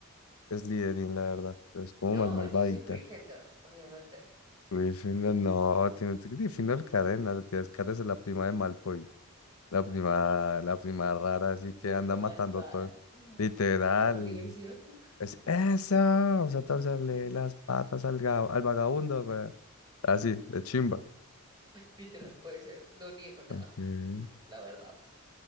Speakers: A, on the left; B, on the right.
A: Slytherin, la verdad. Es como
B: No,
A: más malvadita.
B: yo soy Gryffindor, obviamente.
A: Gryffindor, no, tienes que Gryffindor cadena, te tienes que es la prima de Malfoy. La prima, la prima rara, así que
B: La
A: anda
B: prima
A: matando
B: malvada
A: todo. Literal.
B: que mata por diversión. <laughs>
A: Es eso, vamos a torcerle las patas al, ga- al vagabundo, güey. Así, de chimba.
B: Literal, puede ser. No niego nada,
A: Ok.
B: la verdad.